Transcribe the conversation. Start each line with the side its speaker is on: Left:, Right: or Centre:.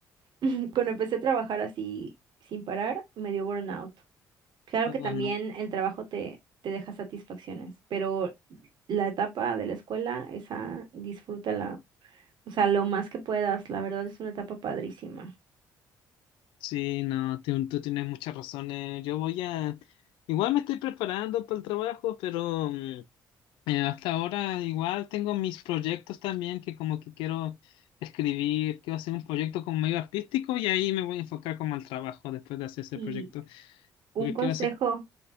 Right: <laughs> Cuando empecé a trabajar así sin parar, me dio burnout. Claro
Left: oh,
Right: que también
Left: no.
Right: el trabajo te, te deja satisfacciones, pero la etapa de la escuela, esa disfrútala. O sea, lo más que puedas. La verdad es una etapa padrísima.
Left: Sí, no, tú, tú tienes muchas razones. Yo voy a... Igual me estoy preparando para el trabajo, pero mm, eh, hasta ahora igual tengo mis proyectos también que como que quiero escribir, quiero hacer un proyecto como medio artístico y ahí me voy a enfocar como al trabajo después de hacer ese
Right: Y
Left: proyecto,
Right: un
Left: porque
Right: consejo.
Left: quiero hacer...